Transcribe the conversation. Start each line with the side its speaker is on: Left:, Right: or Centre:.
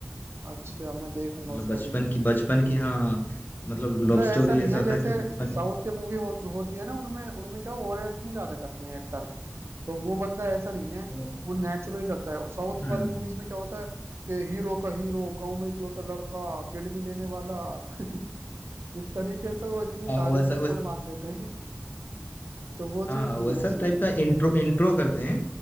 Right: अच्छा मैं देखूंगा
Left: मतलब
Right: उसको
Left: बचपन
Right: भी
Left: की बचपन की हाँ मतलब
Right: मतलब
Left: लव स्टोरी
Right: ऐसा नहीं
Left: ऐसा
Right: है जैसे
Left: था कि बचपन
Right: साउथ के मूवी हो, होती है ना उनमें उनमें क्या ओवर एक्टिंग ज्यादा करते हैं एक्टर तो वो बंदा ऐसा नहीं है
Left: ओ,
Right: वो नेचुरली रखता है साउथ
Left: हाँ, हाँ,
Right: वाली मूवीज
Left: हाँ,
Right: में क्या होता है कि हीरो का हीरो गांव में इकलौता लड़का किडनी देने वाला <laughs> इस तरीके से वो इतनी
Left: हाँ,
Right: तारीफ
Left: वैसा
Right: के पुल बांध देते हैं तो वो
Left: हाँ
Right: चीज नहीं
Left: वैसा
Right: है इसमें
Left: टाइप का इंट्रो इंट्रो करते हैं